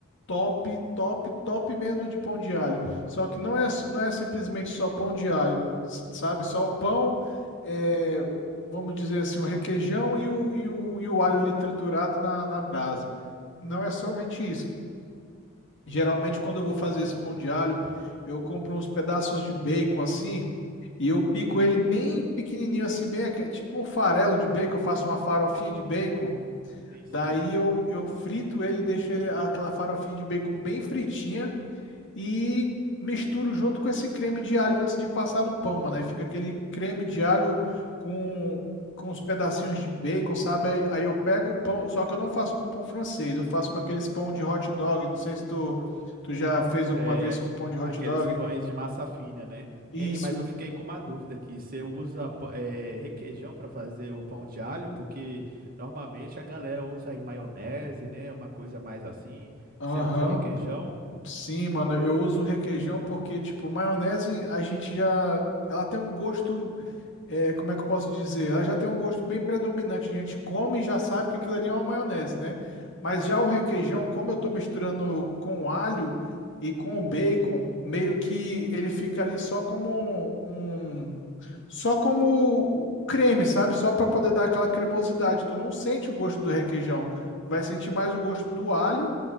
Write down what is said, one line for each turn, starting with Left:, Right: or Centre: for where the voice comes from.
Left: top, top, top mesmo de pão de alho. Só que não é, s- não é simplesmente só pão de alho, s- sabe? Só o pão, é, o, vamos dizer assim, o requeijão e o, e o, e o alho ali triturado na, na brasa. Não é somente isso. Geralmente, quando eu vou fazer esse pão de alho, eu compro uns pedaços de bacon assim e eu pico ele bem pequenininho assim, bem aque- tipo um farelo de bacon. Eu faço uma farofinha de bacon.
Right: Sim, sim.
Left: Daí eu, eu frito ele, deixo ele aquela farofinha de bacon bem fritinha e misturo junto com esse creme de alho antes de passar no pão, mano. Aí fica aquele creme de alho com, com os pedacinhos de bacon, sabe? Aí, aí eu pego o pão, só que eu não faço com pão francês, eu faço com aqueles pão de hot dog. Não sei se tu, tu já fez alguma
Right: Sei,
Left: vez
Right: é
Left: com pão de hot
Right: aqueles
Left: dog.
Right: pães de massa fina, né?
Left: Isso.
Right: Hein, mas eu fiquei com uma dúvida aqui. Você usa pa- eh, requeijão para fazer o pão de alho? Porque normalmente a galera usa aí maionese, né? Uma coisa mais assim.
Left: Aham.
Right: Você usa requeijão?
Left: Sim, mano. Eu uso requeijão porque, tipo, maionese a gente já. Ela tem um gosto. é, como é que eu posso dizer? Ela já tem um gosto bem predominante. A gente come e já sabe que aquilo ali é uma maionese, né? Mas já o requeijão, como eu tô misturando com alho e com o bacon, meio que ele fica ali só como um, só como creme, sabe? Só para poder dar aquela cremosidade. Tu não sente o gosto do requeijão. Tu vai sentir mais o gosto do alho